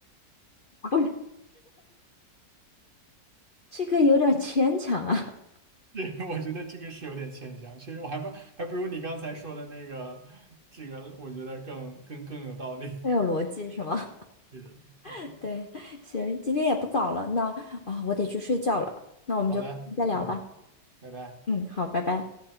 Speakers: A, on the left; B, on the right.
A: 不是这个有点牵强啊，<laughs>
B: <laughs> 这个我觉得这个是有点牵强，其实我还不还不如你刚才说的那个，这个我觉得更更更有道理。
A: 要有逻辑是吗？
B: <laughs> 是的，
A: <laughs>
B: 嗯，
A: 对，行，今天也不早了，那啊、我得去睡觉了，那我们就再聊吧。
B: 好的，嗯，拜拜。
A: 嗯，好，拜拜。